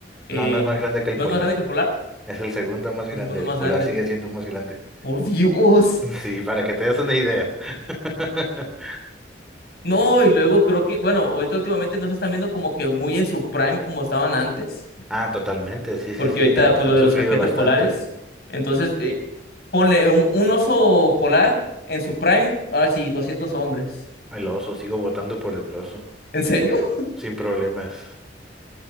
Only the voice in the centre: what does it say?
No, no es más grande que el
polar.
Es el segundo más
grande.
El
polar
sigue siendo más grande.
<laughs> Sí, para que te des una idea. <laughs>
Ah, totalmente. Sí,
sí, sí.
Han,
han
sufrido
bastante.
El oso, sigo votando por el oso.
Sin problemas.